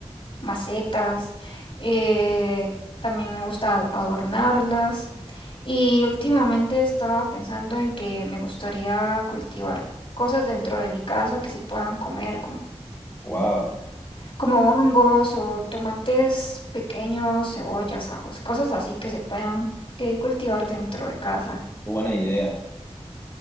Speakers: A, on the left (about 55°); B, on the left (about 30°).
A: macetas. Eh, también me gusta ad- adornarlas. Y últimamente estaba pensando en que me gustaría cultivar cosas dentro de mi casa que se puedan comer, como,
B: Wow,
A: como hongos o tomates pequeños, cebollas, ajos, cosas así que se puedan eh, cultivar dentro de casa.
B: buena idea.